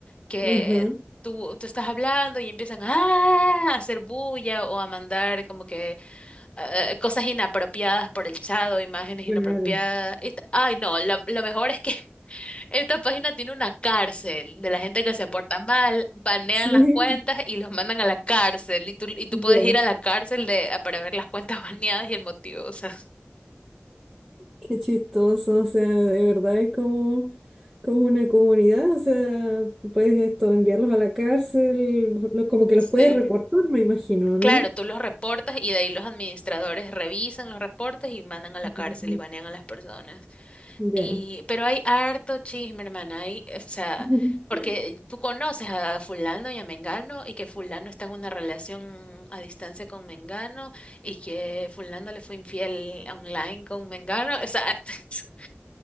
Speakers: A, on the left; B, on the right.
A: que
B: Ajá,
A: tú, tú estás hablando y empiezan "Ah", a hacer bulla o a mandar como que eh, cosas inapropiadas por el chat o imágenes
B: claro.
A: inapropiadas. Y t- Ay, no, la- lo mejor es que <laughs> esta página tiene una cárcel de la gente que se porta mal, banean
B: Sí,
A: las cuentas
B: <laughs>
A: y los mandan a la cárcel. Y tú, y tú
B: sí,
A: puedes
B: ya.
A: ir a la cárcel de, para ver las cuentas <laughs> baneadas y el motivo. O sea, <laughs>
B: Qué chistoso, o sea, de verdad es como, como una comunidad, o sea, puedes esto, enviarlos a la cárcel, lo- como que los
A: sí.
B: puedes reportar, me imagino,
A: Claro,
B: ¿no?
A: tú los reportas y de ahí los administradores revisan los reportes y mandan a la
B: Mm,
A: cárcel y banean a las personas.
B: Ya.
A: Y, pero hay harto chisme, hermana, hay, o sea,
B: <laughs>
A: porque tú conoces a fulano y a mengano y que fulano está en una relación a distancia con mengano y que fulano le fue infiel online con mengano, o sea, <laughs>